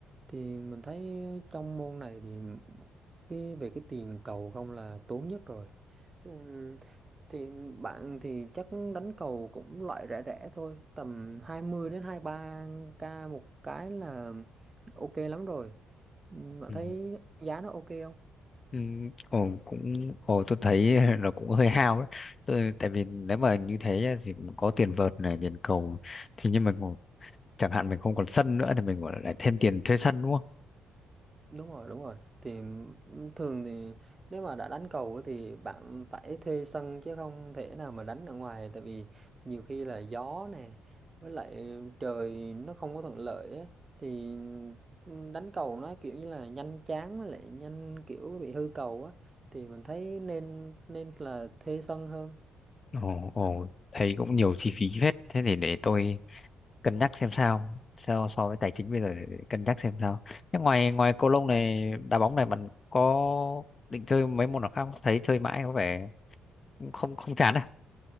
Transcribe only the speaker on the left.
Ừ.
Ừ, ồ, cũng ồ tôi thấy <laughs> nó cũng hơi hao đấy. Tôi tại vì nếu mà như thế á, thì cũng có tiền vợt này, tiền cầu thì nhưng mà còn- chẳng hạn mình không còn sân nữa thì mình gọi là lại thêm tiền thuê sân đúng không?
Ồ, ồ, thấy cũng nhiều chi phí phết. Thế thì để tôi cân nhắc xem sao. So, so với tài chính bây giờ để cân nhắc xem sao. Thế ngoài ngoài cầu lông này, đá bóng này bạn có định chơi mấy môn nào khác không? Thấy chơi mãi có vẻ cũng không không chán à.